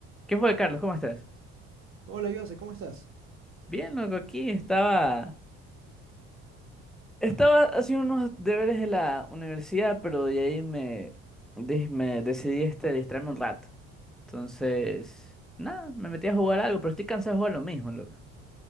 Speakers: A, in the centre; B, on the right.
A: ¿Qué fue, Carlos? ¿Cómo estás?
B: Hola, Jose, ¿cómo estás?
A: Bien, loco, aquí estaba. Estaba haciendo unos deberes de la universidad, pero de ahí me, dis- me decidí este, distraerme un rato. Entonces, nada, me metí a jugar algo, pero estoy cansado de jugar lo mismo, loco.